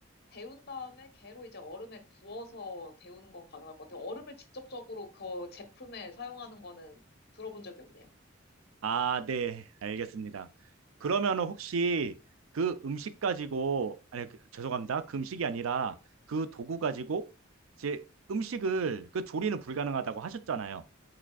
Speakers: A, on the left; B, on the right.
A: 데운 다음에 걔로 이제 얼음에 부어서 데우는 건 가능할 것 같아요. 얼음을 직접적으로 그 제품에 사용하는 거는 들어본 적이 없네요.
B: 아, 네, 알겠습니다. 그러면 혹시 그 음식 가지고, 아니, 그- 죄송합니다. 그 음식이 아니라 그 도구 가지고, 이제 음식을, 그 조리는 불가능하다고 하셨잖아요.